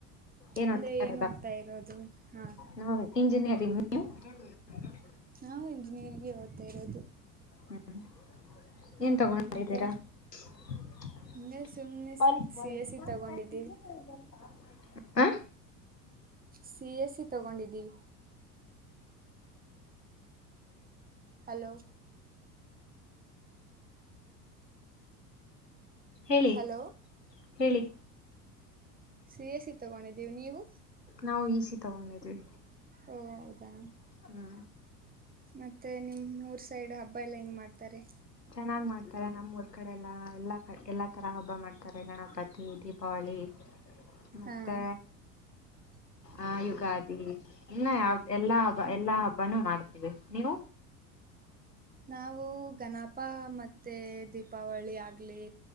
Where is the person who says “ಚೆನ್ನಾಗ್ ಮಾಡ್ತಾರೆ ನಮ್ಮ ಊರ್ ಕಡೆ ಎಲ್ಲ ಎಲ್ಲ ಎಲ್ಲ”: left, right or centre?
Left